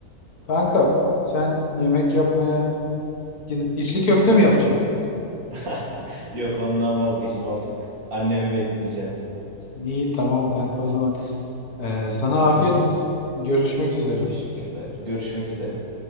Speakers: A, on the left (about 85°); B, on the right (about 70°).
A: Kanka sen yemek yapmaya gidip içli köfte mi yapacaksın?
B: <laughs> Yok ondan vazgeçtim artık. Annemi bekleyeceğim.
A: İyi tamam kanka o zaman. Ee, sana
B: Tamamdır.
A: afiyet olsun. Görüşmek üzere.
B: Teşekkürler. Görüşmek üzere.